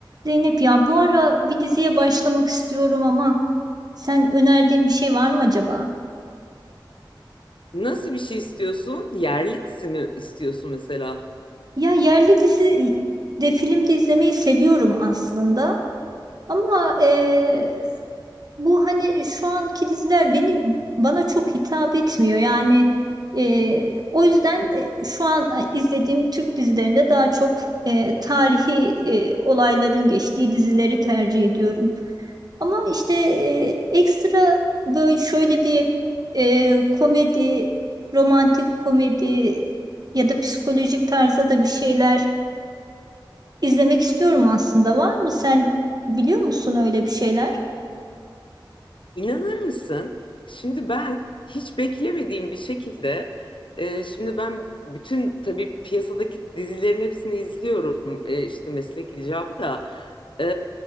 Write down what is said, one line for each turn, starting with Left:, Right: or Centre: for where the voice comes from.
Right: Zeynep ya bu ara bir diziye başlamak istiyorum ama sen önerdiğin bir şey var mı acaba?
Left: Nasıl bir şey istiyorsun? Yerli dizi mi istiyorsun mesela?
Right: Ya yerli dizi de film de izlemeyi seviyorum aslında ama eee, bu hani şu anki diziler benim bana çok hitap etmiyor yani eee, o yüzden e, şu an e, izlediğim Türk dizilerinde daha çok e, tarihi e, olayların geçtiği dizileri tercih ediyorum. Ama işte e, ekstra böyle şöyle bir e, komedi, romantik komedi ya da psikolojik tarzda da bir şeyler izlemek istiyorum aslında. Var mı? Sen biliyor musun öyle bir şeyler?
Left: İnanır mısın? Şimdi ben hiç beklemediğim bir şekilde e, şimdi ben bütün tabii piyasadaki dizilerin hepsini izliyorum e, işte meslek icabı da E,